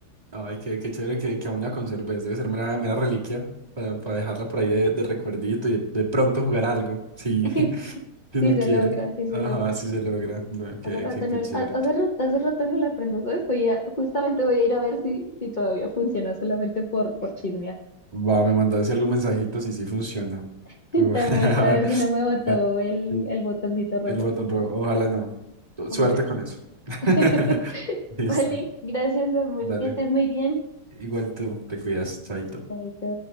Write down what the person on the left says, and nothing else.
<laughs>
Sí se
logra, sí se
logra.
Hace rato
no,
ha- hace, ra- hace rato no la aprendo, ¿sabes? Voy a- justamente voy a ir a ver si, si todavía funciona solamente por, por chismear.
<laughs>
Te muestra
a ver si no me botó
el,
el botoncito rojo.
Ojalá.
<laughs>
Vale, gracias, amor.
Que estés muy bien.
Chaito.